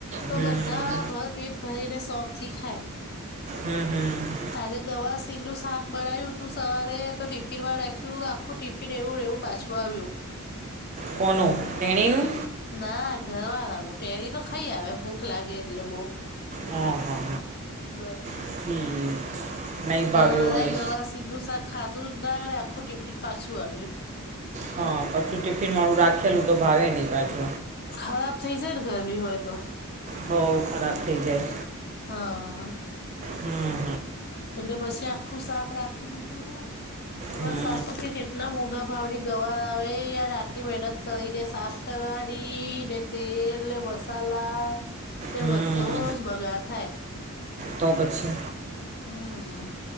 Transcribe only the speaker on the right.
હમ
હમ્મ હમ્મ
કોનો તેણી નું.
હ હા હા.
ઠીક નહીં
ભાવ્યું હોય
હા પછું ચ ફીર મારું રાખેલું તો ભાવે નહી પાછુ
હો ખરાબ થઈ જાય.
હમ
હમ
હમ
હમ
તો પછી